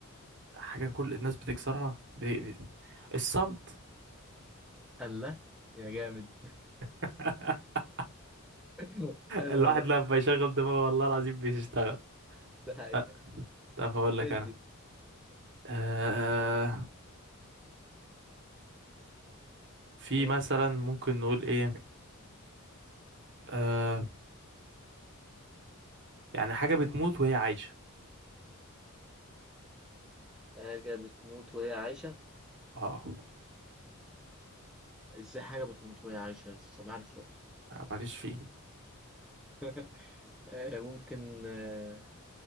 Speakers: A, on the right; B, in the centre.
A: حاجة كل الناس بتكسرها ب... ب... الصمت
B: الله يا جامد
A: <laughs>
B: <laughs> حلو
A: الواحد
B: ده
A: لما يشغل دماغه والله العظيم بيشتغل
B: ده حقيقة
A: أه، طب هقول لك
B: ادي
A: انا أه... في
B: مم.
A: مثلا ممكن نقول ايه أه... يعني حاجة بتموت وهي عايشة
B: حاجة بتموت وهي عايشة
A: اه
B: ازاي حاجة بتموت وهي عايشة صباح الفل
A: لا، ماليش فيه
B: <laughs> آه، ممكن آه،